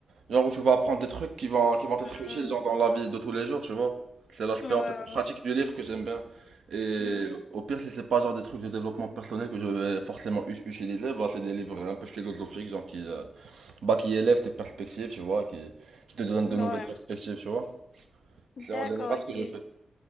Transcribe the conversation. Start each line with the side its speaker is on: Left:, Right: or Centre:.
Right: genre, où tu vas apprendre des trucs qui vont, qui vont être
Left: Mm.
Right: utiles, genre, dans la vie de tous les jours, tu vois. C'est l'aspect,
Left: Ouais,
Right: en
Left: ouais,
Right: fait, pratique du livre que j'aime bien. Et
Left: ouais.
Right: au pire, si c'est pas, genre, des trucs de développement personnel que je vais forcément u- utiliser, bah, c'est des livres un peu philosophiques, genre, qui, euh, Bah, qui élève tes perspectives, tu vois, qui, qui te donne
Left: Mm.
Right: de nouvelles
Left: Ouais.
Right: perspectives, tu vois.
Left: D'accord,
Right: C'est en général ce
Left: ok.
Right: que je fais.